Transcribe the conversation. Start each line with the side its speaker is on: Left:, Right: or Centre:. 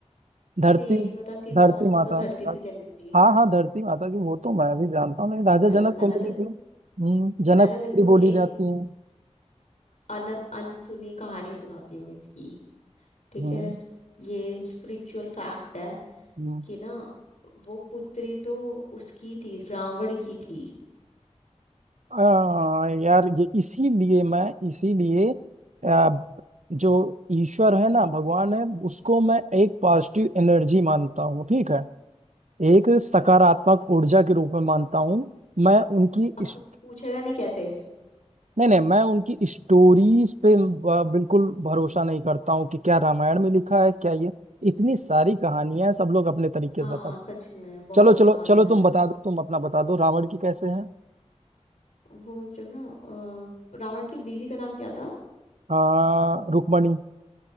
Right: धरती
Left: तुझे ये नहीं पता सीता
Right: धरती
Left: माता
Right: माता
Left: तो धरती से जन्मी थी
Right: हाँ हाँ धरती माता की वो तो मैं भी जानता हूँ लेकिन राजा
Left: चल
Right: जनक
Left: मैं
Right: को
Left: ना
Right: लेके
Left: तेरे को
Right: हम्म जनक
Left: मैं ना
Right: पुत्री
Left: तेरे को
Right: बोली
Left: एक
Right: जाती है
Left: अन अनसुनी कहानी सुनाती हूँ इसकी ठीक
Right: हम्म
Left: है ये स्पिरिचुअल फैक्ट है
Right: हम्म
Left: कि ना वो पुत्री तो उसकी थी रावण की थी
Right: आ, यार ये इसीलिए मैं इसीलिए आ, जो ईश्वर है ना भगवान है उसको मैं एक पॉजिटिव एनर्जी मानता हूँ ठीक है एक सकारात्मक ऊर्जा के रूप में मानता हूँ मैं उनकी
Left: अब
Right: इस-
Left: तो पूछेगा नहीं कैसे
Right: नहीं नहीं मैं उनकी स्टोरीज पे आ, बिल्कुल भरोसा नहीं करता हूँ कि क्या रामायण में लिखा है क्या ये इतनी सारी कहानियां हैं सब लोग अपने तरीके
Left: हाँ
Right: से बताते
Left: सच में बहुत
Right: चलो चलो
Left: कहानियां
Right: चलो तुम
Left: हैं
Right: बता दो तुम अपना बता दो रावण की कैसे है
Left: वो जब ना अ, रावण की बीवी का नाम क्या था
Right: आ, रुक्मणी